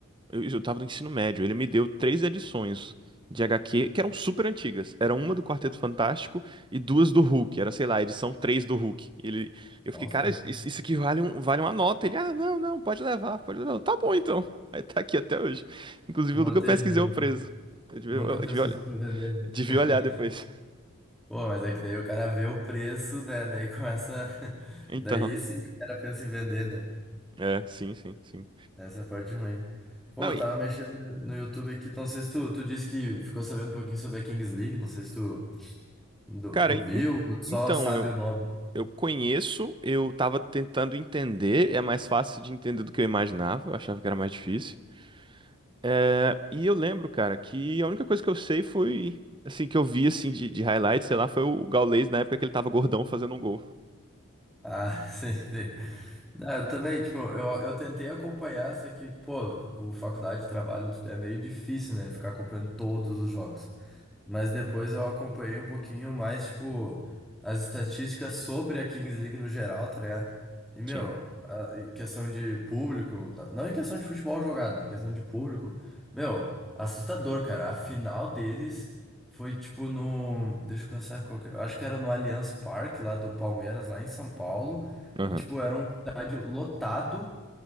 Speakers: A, on the right; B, in the centre.
A: Eu, eu tava no ensino médio. Ele me deu três edições de HQ que eram super antigas. Era uma do Quarteto Fantástico e duas do Hulk. Era, sei lá, a edição 3 do Hulk. Ele, eu fiquei,
B: Nossa,
A: cara, isso, isso aqui vale, um, vale uma nota. Ele, ah, não, não, pode levar, pode levar. Eu, Tá bom então. <laughs> Aí tá aqui até hoje. Inclusive,
B: tu manteve,
A: o Luca pesquisei
B: nu-
A: o preço. Eu devia,
B: nunca
A: eu
B: pesquisou
A: devia olhar,
B: pra vender.
A: devia
B: <laughs>
A: olhar depois. <laughs>
B: Pô, mas é que daí o cara vê o preço, né? Daí começa. <laughs>
A: Então,
B: Daí sim que o cara pensa em vender, né?
A: é, sim, sim, sim.
B: Essa é a parte ruim. Pô,
A: Não,
B: eu
A: e,
B: tava mexendo no YouTube aqui, não sei se tu, tu disse que ficou sabendo um pouquinho sobre a Kings League, não sei se tu, do-
A: cara,
B: tu
A: en-
B: viu
A: en-
B: ou tu só
A: então,
B: sabe o nome.
A: Eu conheço, eu tava tentando entender, é mais fácil de entender do que eu imaginava, eu achava que era mais difícil. É, e eu lembro, cara, que a única coisa que eu sei foi, assim, que eu vi, assim, de, de highlight, sei lá, foi o Gaules na época que ele tava gordão fazendo um gol.
B: Ah, <laughs> sim, sim. Ah, eu também, tipo, eu, eu tentei acompanhar, só que, pô, com faculdade de trabalho é meio difícil, né? Ficar acompanhando todos os jogos. Mas depois eu acompanhei um pouquinho mais, tipo, as estatísticas sobre a Kings League no geral, tá ligado? E, meu,
A: Sim.
B: a- em questão de público, na- não em questão de futebol jogado, né? Em questão de público, meu, assustador, cara. A final deles foi, tipo, no. Deixa eu pensar qual que... eu Acho que era no Allianz Parque, lá do Palmeiras, lá em São Paulo.
A: Aham.
B: E, tipo, era um estádio lotado.